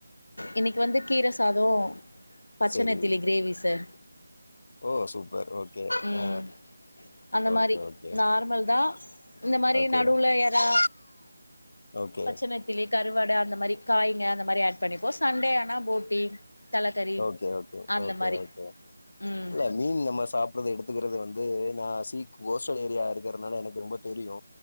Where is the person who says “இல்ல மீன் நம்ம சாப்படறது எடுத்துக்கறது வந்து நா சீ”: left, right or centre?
Left